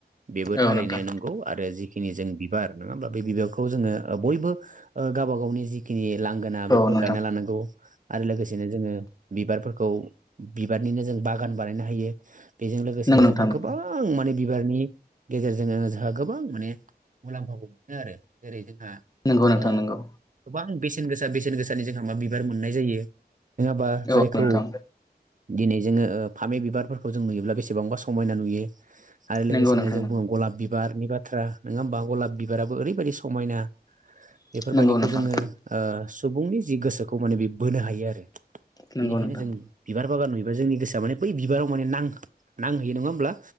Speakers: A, on the right; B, on the left.
A: बेबो
B: औ
A: थारैनो
B: नोंथां
A: नंगौ आरो जिखिनि जों बि बार नङा होमबा बे बिबारखौ जोङो ओ बयबो ओ गावबा गावनि जिखिनि लांगोना
B: औ
A: बेफोराव
B: नोंथां
A: गायना लानांगौ आरो लोगोसे बिदिनो जोङो बिबारफोरखौ बिबारनिनो जों बागान बानायना हायो बेजों लोगोसेनो
B: नंगौ
A: जोंहा
B: नोंथां नंगौ
A: गोबां माने बिबारनि गेजेरजों जोंहा गोबां माने मुलाम्फाखौ मोनो आरो जेरै- जों हा
B: नंगौ नोंथां
A: ओ
B: नंगौ
A: गोबां बेसेन गोसा बेसेन गोसानि जोंहा मा बिबार मोनो मोननाय जायो। नङाबा जायखौ
B: औ नोंथां
A: दिनै जोङो ओ फामे बि बारफोरखौ जों नुयोब्ला बेसेबांबा समायना नुयो आरो लोगोसेनो
B: नंगौ नोंथां
A: जों बुङो गलाब बिबारनि बाथ्रा नोङा होमबा गलाब बिबाराबो ओरैबायदि समायना बेफोरबायदिखौ
B: नंगौ नंगौ नोंथां
A: जोङो ओ सुबुंनि जि गोसोखौ माने बि बोनो हायो आरो
B: नंगौ
A: बिनिखायनो
B: नोंथां
A: जों बिबार बागान नुयोबा जोंनि गोसोआ माने बै बिबाराव नां-नांहैयो नङा होमब्ला